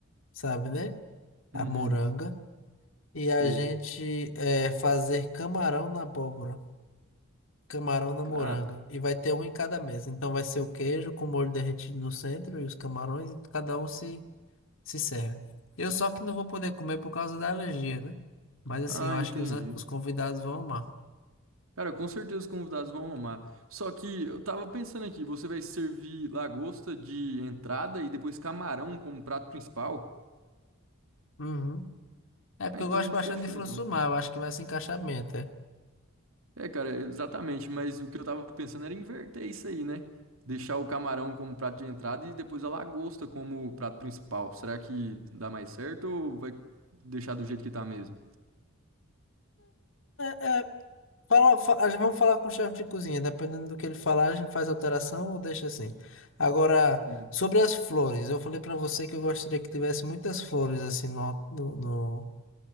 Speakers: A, on the left; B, on the right.
A: sabe, né? A
B: Uhum,
A: moranga. E
B: sei.
A: a gente eh, fazer camarão na abóbora, camarão na
B: Cara,
A: moranga. E vai ter um em cada mesa. Então vai ser o queijo com molho derretido no centro e os camarões, e cada um se, se serve. Eu só que não vou poder comer por causa da alergia, né? Mas assim,
B: ah,
A: eu acho
B: entendi.
A: que os, os convidados vão amar.
B: Cara, com certeza os convidados vão amar. Só que eu tava pensando aqui, você vai servir lagosta de entrada e depois camarão como prato principal?
A: Uhum. É
B: Ah,
A: porque
B: então
A: eu gosto bastante
B: fechou
A: de frutos
B: então.
A: do mar, eu acho que vai se encaixar bem até.
B: É, cara, exatamente, mas o que eu tava pensando era inverter isso aí, né? Deixar o camarão como prato de entrada e depois a lagosta como prato principal. Será que dá mais certo ou vai deixar do jeito que tá mesmo?
A: É, é, fala, fa- a gente- vamos falar com o chefe de cozinha, dependendo do que ele falar, a gente faz alteração ou deixa assim. Agora,
B: Sim.
A: sobre as flores, eu falei pra você que eu gostaria que tivesse muitas flores assim no, no, no-